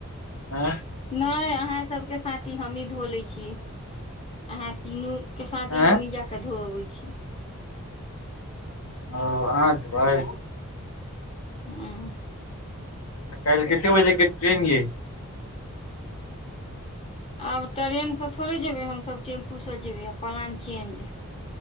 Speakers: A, on the left (about 80°); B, on the left (about 25°).
A: आँय
B: नहि अहाँ सबके साथी हमही धो ले छी अहाँ तीनूके साथ
A: आँय
B: ह हमहीँ जा कऽ धोअबैत छी
A: ओ अहाँ जयबै
B: हुँ
A: कालिह कते बजे के ट्रेन यइ
B: आब ट्रेनसँ थोड़े जेबै हमसभ टेम्पूसँ जेबै आ पलाङ् चेन्ज